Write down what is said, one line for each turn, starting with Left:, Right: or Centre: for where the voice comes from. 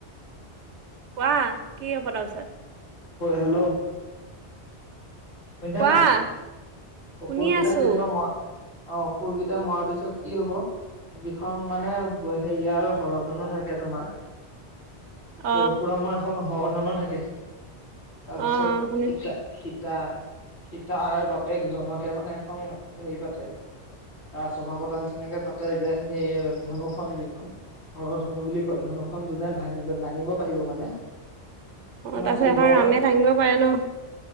Right: কোৱা কি হব তাৰ পিছত।
Left: হেল্ল'। শুনিছা
Right: কোৱা।
Left: নাই অশুৰকেইটাক
Right: শুনি আছো।
Left: যেনিবা মই। অ খুৰকেইটা মৰাৰ পিছত কি হব। যিখন মানে হেৰিয়াৰ হৰধনো থাকে তোমাৰ।
Right: অ',
Left: পৰশুৰামৰ এখন হৰ ধনুৰৰ থাকে তাৰপিছত
Right: অ', শুনিছো
Left: সীতা। সীতা বাপেক জনকে মানে এখন হেৰি পাতে। তাৰ স্বভাৱতাৰ নিচিনাকে পাতে যে সেই ধনুখন যিখন। ঘৰৰ ধনু বুলি কয় ধনুখন যোনে ভাঙিব দাঙিব পাৰিব মানে। সেইখনত
Right: অ তাৰপিছত
Left: শিৱৰ
Right: এখন ৰামে ভাঙিব পাৰে ন।